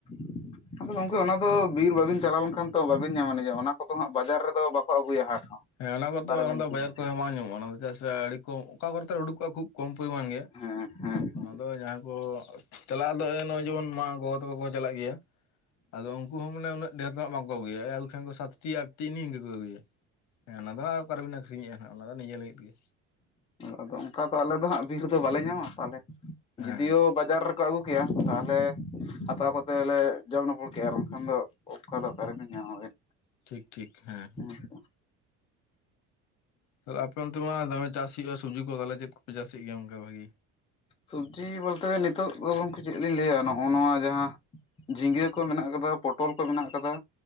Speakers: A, on the left; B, on the left.
A: <inaudible> ᱟᱫᱚ ᱜᱚᱝᱠᱮ ᱚᱱᱟ ᱫᱚ ᱵᱤᱨ ᱵᱟᱵᱤᱱ ᱪᱟᱞᱟᱣ ᱞᱮᱱᱠᱷᱟᱱ ᱛᱚ ᱵᱟᱵᱤᱱ ᱧᱟᱢ-ᱟ ᱱᱤᱡᱮ ᱚᱱᱟ ᱠᱚᱫᱚ ᱦᱟᱸᱜ ᱵᱟᱡᱟᱨ ᱨᱮᱫᱚ ᱵᱟᱠᱚ ᱟᱹᱜᱩᱭᱟ ᱦᱟᱴ ᱦᱚᱸ
B: ᱦᱮᱸ ᱚᱱᱟ ᱠᱚᱫᱚ
A: ᱚᱠᱟᱨᱮᱵᱮᱱ
B: ᱚᱱᱟ ᱫᱚ
A: ᱠᱤᱨᱤᱧᱟ
B: ᱵᱟᱡᱟᱨ ᱠᱚᱨᱮ
A: ᱦᱮᱸ
B: ᱵᱟᱝ ᱧᱟᱢᱚᱜᱼᱟ ᱚᱱᱟ ᱪᱮᱫᱟᱜ ᱥᱮ ᱟᱹᱰᱤ ᱠᱚ ᱚᱠᱟ ᱠᱚᱨᱮ ᱪᱚᱝ ᱩᱰᱩᱠᱚᱜᱼᱟ ᱠᱷᱩᱵ ᱠᱚᱢ ᱯᱚᱨᱤᱢᱟᱱ ᱜᱮ᱾
A: ᱦᱮᱸ ᱦᱮᱸ ᱦᱮᱸ᱾
B: ᱟᱫᱚ ᱡᱟᱦᱟᱸᱭ ᱠᱚ ᱪᱟᱞᱟᱜ ᱟᱫᱚ ᱱᱚᱜᱼᱚᱭ ᱡᱮᱢᱚᱱ ᱢᱟ ᱜᱚᱜᱚ ᱛᱟᱠᱚ ᱠᱚ ᱪᱟᱞᱟᱜ ᱜᱮᱭᱟ᱾ ᱟᱫᱚ ᱩᱱᱠᱩ ᱦᱚᱸ ᱢᱟᱱᱮ ᱩᱱᱟᱹᱜ ᱰᱷᱮᱨ ᱫᱚᱱᱟᱜ ᱵᱟᱝ ᱠᱚ ᱟᱹᱜᱩᱭᱟ ᱮ ᱠᱷᱟᱱ ᱫᱚ ᱥᱟᱛ ᱴᱤ ᱟᱴ ᱴᱤ ᱤᱱᱠᱟᱹ ᱠᱚ ᱟᱹᱜᱩᱭᱟ᱾ ᱦᱮᱸ ᱚᱱᱟ ᱫᱚ ᱦᱟᱸᱜ ᱚᱠᱟ ᱨᱮᱵᱤᱱ ᱟᱠᱷᱨᱤᱧᱮᱫᱼᱟ ᱦᱟᱜ ᱚᱱᱟ ᱫᱚ ᱱᱤᱭᱟᱹ ᱞᱟᱹᱜᱤᱫ ᱜᱮ᱾
A: ᱟᱫᱚ ᱚᱱᱠᱟ ᱫᱚ ᱟᱞᱮ ᱫᱚ ᱦᱟᱸᱜ ᱵᱤᱨ ᱫᱚ ᱵᱟᱞᱮ ᱧᱟᱢᱟ ᱛᱟᱦᱚᱞᱮ
B: ᱦᱮᱸ
A: ᱡᱩᱫᱤᱭᱳ
B: ᱦᱮᱸ
A: ᱵᱟᱡᱟᱨ ᱠᱚ ᱟᱹᱜᱩ ᱠᱮᱭᱟ ᱛᱟᱦᱚᱞᱮ ᱦᱟᱛᱟᱣ ᱠᱚᱛᱮ ᱞᱮ ᱡᱚᱢ ᱱᱚᱯᱚᱲ ᱠᱮᱭᱟ ᱟᱨ ᱵᱟᱝᱠᱷᱟᱱ ᱫᱚ ᱚᱠᱟ ᱫᱚ ᱚᱠᱟ ᱨᱮᱵᱤᱱ ᱧᱟᱢ ᱵᱮᱱ
B: ᱴᱷᱤᱠ ᱴᱷᱤᱠ ᱦᱮᱸ
A: <inaudible>
B: ᱛᱟᱦᱮᱞᱮ ᱟᱯᱮ ᱚᱱᱛᱮ ᱢᱟ ᱫᱚᱢᱮ ᱪᱟᱥ ᱦᱩᱭᱩᱜᱼᱟ ᱥᱚᱵᱡᱤ ᱠᱚ ᱛᱟᱦᱚᱞᱮ ᱪᱮᱫ ᱠᱚᱯᱮ ᱪᱟᱥᱮᱫ ᱜᱮᱭᱟ ᱚᱱᱠᱟ ᱵᱷᱟᱜᱤ?
A: ᱥᱚᱵᱡᱤ ᱵᱚᱞᱛᱮ ᱱᱤᱛᱚᱜ ᱫᱚ ᱜᱚᱝᱠᱮ ᱪᱮᱫ ᱞᱤᱧ ᱞᱟᱹᱭᱟ ᱱᱚᱜ ᱱᱚᱣᱟ ᱡᱟᱦᱟᱸ, ᱡᱷᱤᱸᱜᱟᱹ ᱠᱚ ᱢᱮᱱᱟᱜ ᱠᱟᱫᱟ ᱯᱚᱴᱚᱞ ᱠᱚ ᱢᱮᱱᱟᱜ ᱠᱟᱫᱟ,